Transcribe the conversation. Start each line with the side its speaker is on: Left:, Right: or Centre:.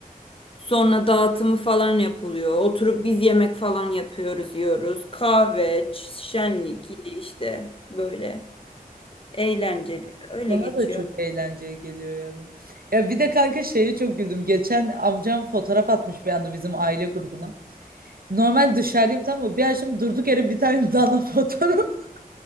Left: Sonra dağıtımı falan yapılıyor. Oturup biz yemek falan yapıyoruz, yiyoruz. Kahve, ç- şenlik yine işte böyle eğlenceli. Öyle
Right: Bana
Left: geçiyor.
Right: da çok eğlenceli geliyor ya. Ya bir de kanka şeye çok güldüm. Geçen amcam fotoğraf atmış bir anda bizim aile grubuna. Normal dışarıdayım tamam mı? Bir açtım durduk yere bir tane dana fotoğraf. <laughs>